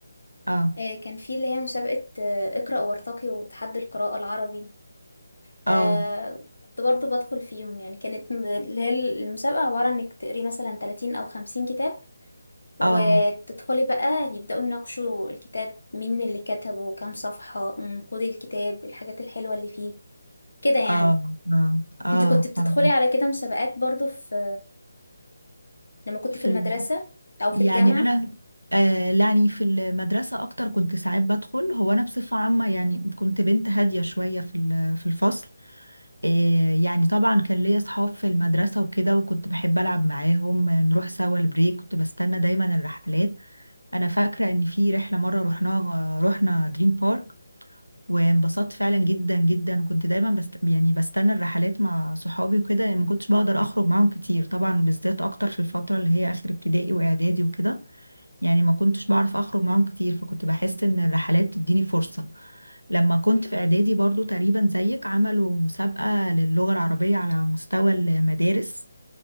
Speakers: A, on the right; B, on the left.
A: اه
B: آه، كان في اللي هي مسابقة آه، اقرأ وارتقي وتحدي القراءة العربي فكنت
A: اه
B: برضو بدخل فيهم يعني كانت م- اللي هي المسابقة عبارة إنك تقري مثلا 30 أو 50 كتاب وتدخلي
A: اه
B: بقى يبدأوا يناقشوا الكتاب مين اللي كتبه كام صفحة نقود الكتاب الحاجات الحلوة اللي فيه كده يعني
A: اه اه اه
B: انت كنت بتدخلي
A: اه
B: على كده مسابقات برضو في لما كنت
A: في
B: في المدرسة
A: ال-
B: أو
A: يعني
B: في الجامعة
A: انا آه يعني في المدرسه اكتر كنت ساعات بدخل هو انا بصفه عامه يعني كنت بنت هاديه شويه في ال- في الفصل آه يعني طبعا كان ليا اصحاب في المدرسه وكده وكنت بحب العب معاهم آه، نروح سوا البريك كنت بستنى دايما الرحلات انا فاكره ان في رحله مره رحناها رحنا دريم بارك وانبسطت فعلا جدا جدا وكنت دايما بست يعني بستنى الرحلات مع صحابي وكده لأن ما كنتش بقدر اخرج معاهم كتير طبعا بالذات اكتر في الفتره اللي هي اخر ابتدائي واعدادي وكده يعني ما كنتش بعرف اخرج معاهم كتير فكنت بحس ان الرحلات بتديني فرصة لما كنت في اعدادي برضو تقريبا زيك عملوا مسابقة للغة العربية على مستوى المدارس